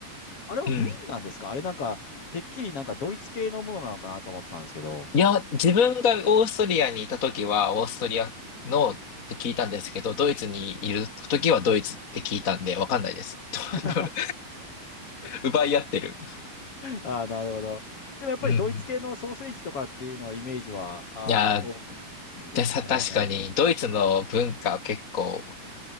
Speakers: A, on the left; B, on the left.
A: あれはウィンなんですかあれなんか、
B: うん。
A: てっきりなんかドイツ系のものなのかなと思ってたんですけど。
B: いや、自分がオーストリアにいた時は、オーストリアのって聞いたんですけど、ドイツにいる時はドイツって聞いたんで、わかんないです。
A: <laughs>
B: どど <laughs> 奪い合ってる。
A: ああ、なるほど。でもやっぱりドイツ系のソーセージとかっていうのはイメージは、
B: うん。
A: ああ、
B: いやー、
A: 多いですね。
B: でさ、確かに、
A: あと、
B: ドイツの文化結構